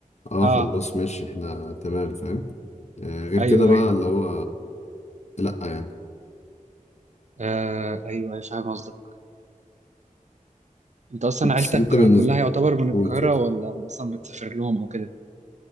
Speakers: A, on the left (about 50°); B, on the right (about 55°).
A: أه
B: اه
A: خلاص ماشي إحنا تمام فاهم آه، غير
B: ايوه
A: كده بقى
B: ايوه
A: اللي هو لأ يعني
B: آه ايوه أيوة، فاهم قصدك انت اصلا
A: بس
B: عيلتك
A: انت بالنسبة
B: كلها يعتبر من القاهره
A: قول اتفضل
B: ولا مثلا بتسافر لهم او كده